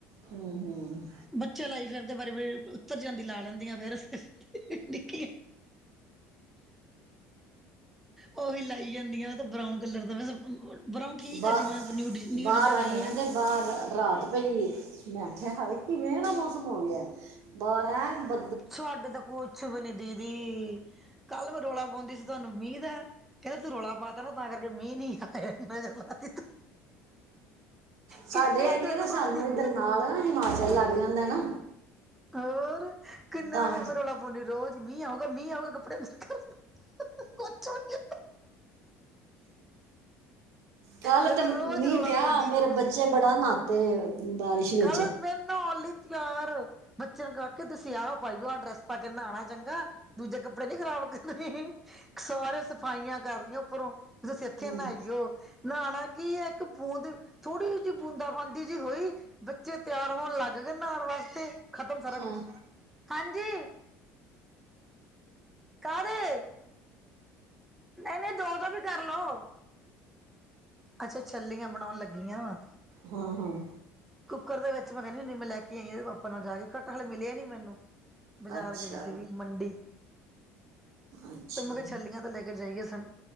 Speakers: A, on the right; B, in the centre.
A: ਹਮ, ਹਮ।
B: ਬੱਚੇ ਲਾਈ ਫਿਰ ਤੇ ਬਾਰੀ ਬਾਰੀ ਉੱਤਰ ਜਾਂਦੀ ਲਾ ਲੈਂਦੀਆਂ ਫੇਿਰ ਨਿੱਕੀਆਂ। ਉਹੀ ਲਾਈ ਜਾਂਦੀਆਂ ਤੇ ਬਰਾਉਨ ਕਲਰ ਦਾ ਮੈਂ। ਬਰਾਊ ਠੀਕ
A: ਬਾ
B: ਹੈ। ਜਿਵੇੈਂ ਨਿਊ ਡ ਨਿਊ
A: ਬਾਹਰ
B: ਡ ਜਿਹਾ
A: ਆਈ
B: ਕਲਰ
A: ਹਾਂ
B: ਆ।
A: ਤੇ ਬਾਹਰ ਰਾਤ ਪਈ ਮੈਂ ਆਖਿਆ ਕਿਵੇਂ ਦਾ ਮੌਸਮ ਹੋ ਗਿਆ। ਬਰਾ ਬ
B: ਤੁਹਾਡੇ ਤਾਂ ਕੁੱਛ ਵੀ ਨੀ ਦੀਦੀ ਕੱਲ ਵੀ ਰੌਲਾ ਪਾਉਂਦੀ ਸੀ ਤੁਹਾਨੂੰ ਉਮੀਦ ਹੈ। ਕਹਿੰਦੇ ਤੂੰ ਰੌਲਾ ਪਾਤਾ ਨਾ ਤਾਂ ਕਰਕੇ ਮੀਂ ਨ ਨਹੀਂ ਆਇਆ ਨ ਚਰ ਲਾ ਤ ਤ।
A: ਸਾਡੇ
B: ਕਿੰਨੇ
A: ਆਂਗੇ
B: ਦੇਰ
A: ਨਾ
B: ਹੋ
A: ਸਾਨੂੰ
B: ਗਏ ਜ।
A: ਨਾਲ ਨਾ ਹਿਮਾਚਲ ਲੱਗ ਜਾਂਦਾ ਨਾ।
B: ਹੋਰ ਕਿੰਨੇ
A: ਤਾਂ
B: ਦਿਨ ਰੌਲਾ ਪਾਉਦੀ ਰੋਜ਼ ਮੀਂ ਆਉਗਾ, ਮੀਂ ਆਉਗਾ ਕੱਪੜੇ ਮਰ। ਕੁਛੜ ਕੇ
A: ਕੱਲ
B: ਕਹਿੰਦੇ
A: ਤੇ
B: ਰੋਜ਼
A: ਮੀ
B: ਰੋਲਾ
A: ਵਿਆਹ
B: ਪਾਉਂਦੀ
A: ਮੇਰੇ
B: ਰੋਜ਼
A: ਬੱਚੇ ਬੜਾ ਨਹਾਾਤੇ। ਬਾਰਿਸ਼। ਵਿੱਚ
B: ਕੱਲ ਮੈਂ ਨਹਾਉਣ ਲਈ ਤਿਆਰ ਬੱਚੇ ਨੂੰ ਕ ਕੇ ਤੁਸੀ ਆਹ ਪਾਈ ਆ ਡਰੈੱਸ ਆਪ ਕਹਿੰਦਾ ਆਉਣਾ ਚੰਗਾ ਦੂਜੇ ਕੱਪੜੇ ਨੀ ਖਰਾਬ ਕਰਨ ਸਾਰੇ ਸਫਾਈਆਂ ਕਰਨ ਲਈੀਆਂ ਉੱਪਰੋਂ ਵੀ ਤੁਸੀਂ ਇੱਥੇ
A: ਹਮ,
B: ਨਹਾਾਈਓ। ਨਹਾਣਾ ਕੀ ਇੱਕ ਬੂੰਦ ਥੋੜ੍ਹੀ ਜ ਜਿਹੀ ਬੂੰਦਾ ਬਾਂਦੀ ਜਿਹੀ ਹੋਈ ਬੱਚੇ ਤਿਆਰ ਹੋਣ ਲੱਗ ਗਏ ਨਹਾਉਣ ਵਾਸਤੇ ਖਤਮ ਸਾਰਾ
A: ਹਾਂ
B: ਕੁਛ ਹਾਂਜੀ। ਕਾਹਦੇ ਨਹੀਂ ਨਹੀਂ ਦੋ ਦੋ ਵੀ ਕਰਲੋ ਅੱਛਾ ਛੱਲੀਆਂ ਬਣਾਉਣ ਲੱਗੀਆਂ ਵਾ।
A: ਹਮ, ਹਮ।
B: ਕੁੱਕ ਦੇ ਵਿੱਚ ਮੈਂ ਕਹਿੰਦੀ ਹੁੰਦੀ ਮੈਂ ਲੈ ਕੇ ਆਈ ਆ ਪਾਪਾਂ ਨਾਲ ਜਾ ਕੇ ਕੱਟਾ ਹੇ ਮਿਲਿਆ ਨੀ ਮੈਨੂੰ। ਬਾਜ਼ਾਰ
A: ਅੱਛਾ
B: ਗਈ ਸੀਗੀ ਮੰਡੀ।
A: ਅੱਛਾ
B: ਤੇ ਮੈਂ ਕਿਹਾ ਛੱਲੀਆਂ ਤੋਂ ਲੈ ਕੇ ਜਾਈਏ ਸੰ